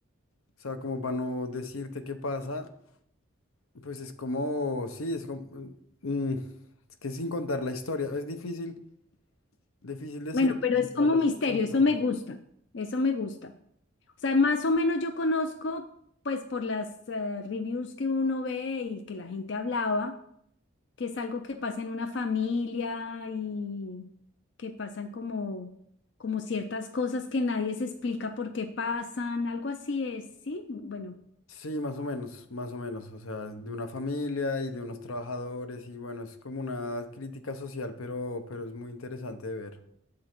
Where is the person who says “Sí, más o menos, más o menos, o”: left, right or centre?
Left